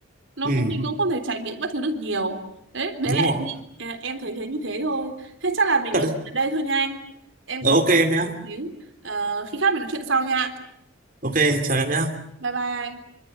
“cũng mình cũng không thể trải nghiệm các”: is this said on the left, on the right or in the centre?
Right